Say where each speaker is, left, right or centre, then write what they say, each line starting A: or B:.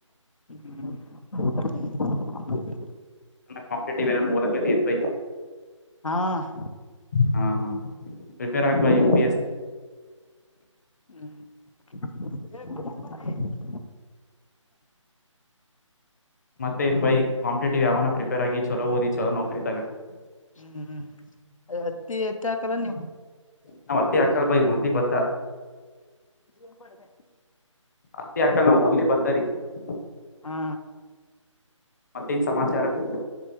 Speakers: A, on the left; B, on the left.
A: ಹ್ಮ್ <unintelligible>
B: ಕಪಟ ಅಕ್ಕೆ ಬೈ <unintelligible>
A: ಹಾ <unintelligible>
B: ಹಾ ಹಾ ಪ್ರರಿಪೇರ್ ಆಗ್ಬ ಯು ಪಿ ಎಸ್ <unintelligible>
A: ಹ್ಮ್ <unintelligible>
B: ಮತ್ತೆ ಏನ್ ಬೈ ಕಾಂಪಿಟೇಟಿವ್ ಯಾವನ ಪ್ರಿಪೇರ್ ಆಗಿ ಚಲೋ ಓದಿ ಚಲೋ ನೌಕರಿ ತೂಗು <unintelligible>
A: ಹ್ಮ್ ಹ್ಮ್ ಅದ ಹತ್ತಿ ಹತ್ತಿ ಹಾಕಲ್ಲ ನೀವು <unintelligible>
B: ನಾವ್ ಹತ್ತಿ ಹಾಕಲ್ ಬೈ ಹೊನ್ಲಿ ಭತ್ತ.
A: ಎ ಪಡ <unintelligible>
B: ಹತ್ತಿ ಹಕಳ ನ ಒನ್ಲಿ ಬರ್ತಾರಿ. <unintelligible>
A: ಹಾ
B: ಮತ್ತೇನ್ ಸಮಾಚಾರ <unintelligible>